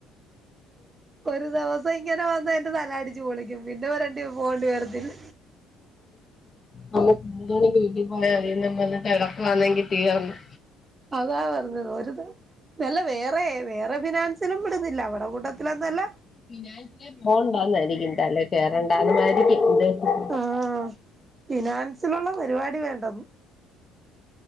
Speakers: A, on the right; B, on the left.
A: ഒരു ദിവസം ഇങ്ങനെ വന്ന എന്റെ തല അടിച്ച് പൊളിക്കും പിന്നെ ഒരെടം പോകേണ്ടി വരത്തില്ല
B: മ്മണ വീട്ടിൽ പോയാ അ നമ്മ വന്ന് <unintelligible> ഉ <inaudible>
A: അതാ പറഞ്ഞ ഒരുത് നല്ല വേറെ വേറെ ഫിനാൻസിലും വിടുന്നില്ല അവിടെ കൂട്ടത്തിലന്നല്ല
B: ഫിനാന്സില് പോവണ്ടന്നായിരിക്കുംന്തല്ലേ കേറണ്ടാന് ആരിക്കും ഉദേശം
A: ആഹ് ഫിനാൻസിലുള്ള പരിപാടി വേണ്ടെന്ന്